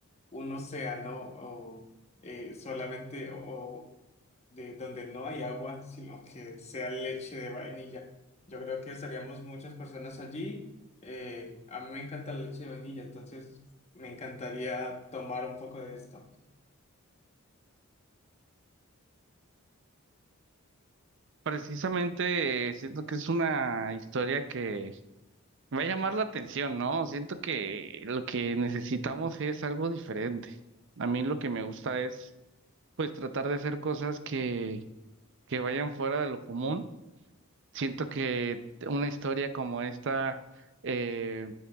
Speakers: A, on the left; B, on the right.
A: un océano o, eh, solamente o de donde no hay agua, sino que sea leche de vainilla. Yo creo que estaríamos muchas personas allí. Eh, a mí me encanta la leche de vainilla, entonces me encantaría tomar un poco de esto.
B: Precisamente eh, siento que es una historia que va a llamar la atención, ¿no? Siento que lo que necesitamos es algo diferente. A mí lo que me gusta es, pues, tratar de hacer cosas que, que vayan fuera de lo común. Siento que una historia como esta, eh,